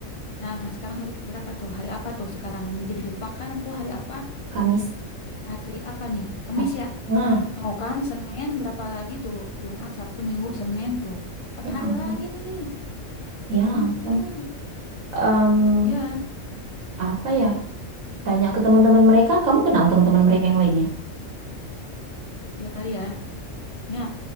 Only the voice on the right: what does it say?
Kamis
kan.
Nah,
ya
ampun.
Ya
ampun. Em,
apa ya? Tanya ke teman-teman mereka, kamu
kenal teman-teman mereka yang lainnya?